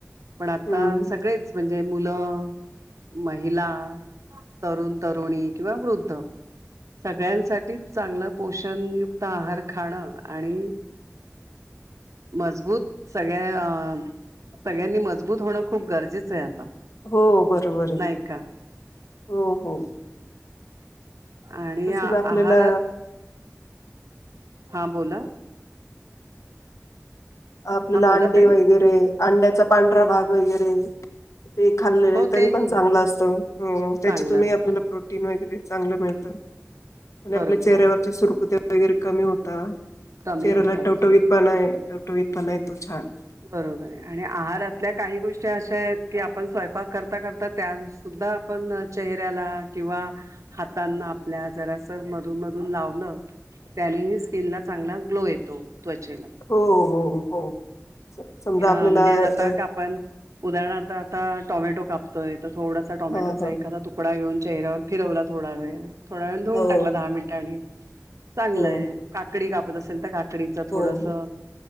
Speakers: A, on the right; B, on the left.
A: पण आता
B: हम्म
A: सगळेच म्हणजे मुलं, महिला तरुण, तरुणी किंवा वृद्ध. सगळ्यांसाठीच चांगलं पोषणयुक्त आहार खाणं आणि मजबूत सगळ्या सगळ्यांनी मजबूत होणं खूप गरजेचं आहे आता.
B: हो बरोबर आहे,
A: नाही का
B: हो हो.
A: आणि
B: तसच
A: आहारात,
B: आपल्याला
A: हा बोला
B: आपल्याला
A: हा बोला
B: अंडे
A: ताई
B: वगैरे अंड्याचा पांढरा भाग वगैरे ते खाल्लेले
A: हो
B: तरी
A: तेही
B: पण चांगलं असतं त्याच्यातून
A: चांगलं असतं
B: ही आपल्याला प्रो <unintelligible> चांगल मिळत <inaudible> आणि
A: बरोबर
B: चेहऱ्यावर सुरकुत्या वगैरे कमी होता,
A: कमी
B: चेहऱ्याला
A: होतात
B: टवटवीत पण आहे. टवटवीत पणा येतो छान.
A: बरोबर आहे आणि आहारातल्या काही गोष्टी अशा आहेत की आपण स्वयंपाक करता, करता त्या सुद्धा आपण चेहऱ्याला किंवा हातांना आपल्या जरास मधून, मधून लावलं त्यानेही स्किन ला चांगला ग्लो येतो त्वचेला.
B: हो हो हो. स- समजा
A: अ
B: आपल्याला
A: म्हणजे जाता
B: अ,
A: का आपण उदाहरणार्थ आता टोमॅटो कापतोय तर थोडासा टोमॅटोचा
B: हा हा
A: एखादा तु तुकडा घेऊन चेहऱ्यावर फिरवला थोडा वेळ, थोडा वेळ धुवून
B: हो
A: टाकला दहा मिनिटांनी चांगलंय
B: हो
A: काकडी कापत असेल तर काकडीचं थोडस
B: हो हो